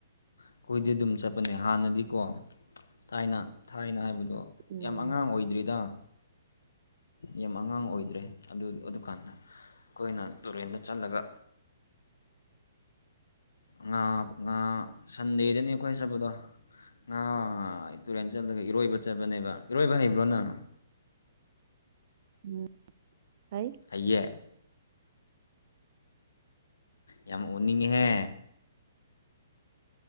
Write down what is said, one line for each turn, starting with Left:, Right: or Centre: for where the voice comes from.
Left: ꯑꯩꯈꯣꯏꯗꯤ ꯑꯗꯨꯝ ꯆꯠꯄꯅꯦ ꯍꯥꯟꯅꯗꯤꯀꯣ ꯊꯥꯏꯅ ꯊꯥꯏꯅ ꯍꯥꯏꯕꯗꯣ
Right: ꯎꯝ
Left: ꯌꯥꯝ ꯑꯉꯥꯡ ꯑꯣꯏꯗ꯭ꯔꯤꯗ ꯌꯥꯝ ꯑꯉꯥꯡ ꯑꯣꯏꯗ꯭ꯔꯦ ꯑꯗꯨ ꯑꯗꯨꯀꯥꯟꯗ ꯑꯩꯈꯣꯏꯅ ꯇꯨꯔꯦꯟꯗ ꯆꯠꯂꯒ ꯉꯥ ꯉꯥ ꯁꯟꯗꯦꯗꯅꯤ ꯑꯩꯈꯣꯏꯅ ꯆꯠꯄꯗꯣ ꯉꯥ ꯇꯨꯔꯦꯟ ꯆꯠꯂꯒ ꯏꯔꯣꯏꯕ ꯆꯠꯄꯅꯦꯕ ꯏꯔꯣꯏꯕ ꯍꯩꯕ꯭ꯔꯣ ꯅꯪ
Right: ꯎꯝ ꯍꯩ
Left: ꯍꯩꯌꯦ ꯌꯥꯝ ꯎꯅꯤꯡꯉꯤꯍꯦ